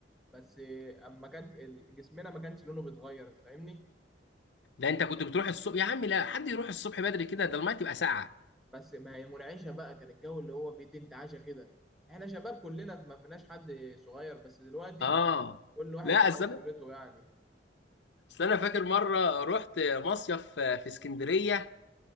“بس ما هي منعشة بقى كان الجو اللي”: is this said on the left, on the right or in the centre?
Centre